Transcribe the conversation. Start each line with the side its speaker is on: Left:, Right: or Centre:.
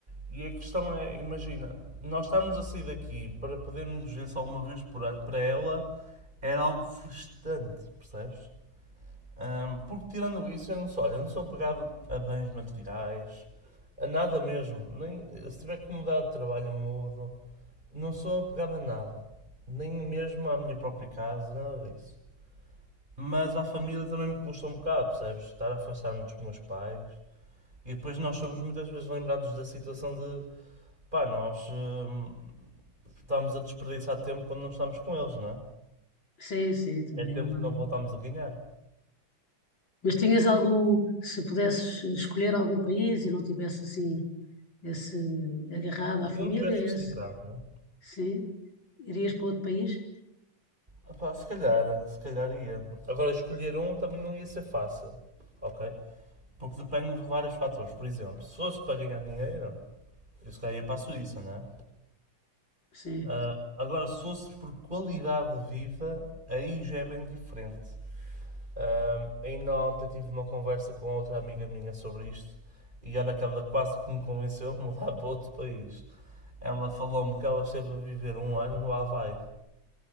Right: E a questão é, imagina, nós estarmos a sair daqui para podermos nos ver só uma vez por ano, para ela era algo frustrante, percebes? Ahm, porque tirando isso, eu não sou, olha, eu não sou apegado a bens materiais, a nada mesmo. Nem, se tiver que mudar de trabalho, eu mudo. Não sou apegado a nada. Nem mesmo à minha própria casa, nada disso. Mas à família também me custa um bocado, percebes? Estar a afastar-me dos meus pais. E depois nós somos muitas vezes lembrados da situação de pá, nós hum, estamos a desperdiçar tempo quando não estamos com eles, não é?
Left: Sim, sim, também
Right: É tempo
Left: é uma.
Right: que não voltamos a ganhar.
Left: Mas tinhas algum, se pudesses escolher algum país e não tivesse assim esse agarrado à família,
Right: Se eu não tivesse este
Left: esse,
Right: entrave, não é?
Left: sim, irias para outro país?
Right: Ah pá, se calhar, se calhar ia. Agora, escolher um também não ia ser fácil, ok? Porque depende de vários fatores. Por exemplo, se fosse para ganhar dinheiro, eu se calhar ia para a Suíça, não é?
Left: Sim.
Right: Ah, agora, se fosse por qualidade de vida, aí já é bem diferente. Ah, ainda ontem tive uma conversa com outra amiga minha sobre isto e olha que ela quase que me convenceu a mudar para outro país. Ela falou-me que ela esteve a viver um ano no Havaí